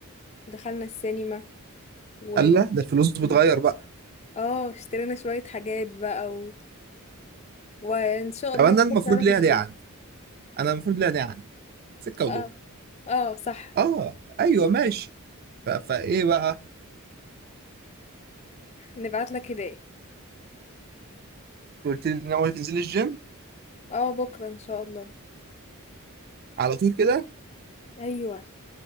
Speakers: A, on the left; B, on the right.
A: دخلنا السينما و
B: قال لا ده الفلوس بتغير بقى
A: اه اشترينا شوية حاجات بقى و... وان شاء
B: طب
A: الله
B: انا
A: بكرة
B: المفروض
A: اروح
B: ليها
A: الجيم
B: دي عندي انا المفروض ليها دي عندي سكه ودور
A: اه اه صح
B: اه ايوه ماشي ف... فايه بقى
A: نبعت لك هدايا
B: قلت لي ان اول تنزل الجيم
A: اه بكرة ان شاء الله
B: على طول كده
A: ايوه